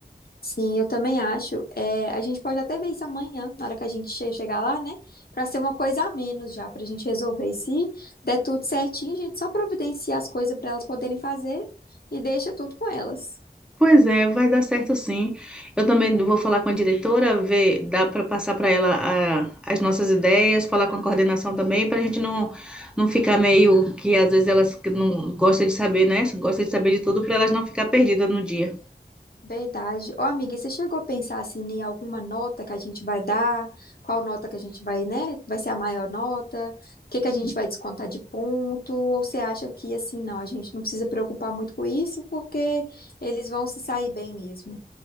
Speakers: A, on the left; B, in the centre.
A: Sim, eu também acho. É, a gente pode até ver isso amanhã, na hora que a gente che- chegar lá, né? Para ser uma coisa a menos já, para a gente resolver. E se der tudo certinho, a gente só providencia as coisas para elas poderem fazer e deixa tudo com elas.
B: Pois é, vai dar certo sim. Eu também vou falar com a diretora, ver, dá para passar para ela a- as nossas ideias, falar com a coordenação também, para a gente não, não ficar meio que às vezes elas que não gostam de saber, né? Gostam de saber de tudo, para elas não ficar perdidas no dia.
A: Verdade. Ô, amiga, e você chegou a pensar assim em alguma nota que a gente vai dar? Qual nota que a gente vai, né? Vai ser a maior nota? O que que a gente vai descontar de ponto? Ou você acha que assim, não, a gente não precisa preocupar muito com isso porque eles vão se sair bem mesmo?